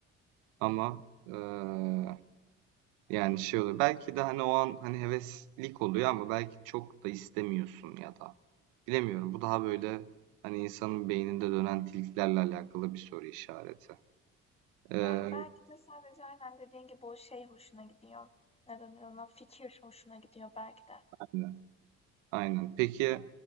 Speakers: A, on the right; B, on the left.
A: <laughs> ama eee, yani şey oluyor. Belki de hani o an hani heveslik oluyor ama belki çok da istemiyorsun ya da. Bilemiyorum. Bu daha böyle hani insanın beyninde dönen tilkilerle alakalı bir soru işareti. Ee,
B: Yani belki de sadece aynen dediğin gibi o şey hoşuna gidiyor. Ne denir ona? Fikir hoşuna gidiyor belki de.
A: aynen. Aynen. Peki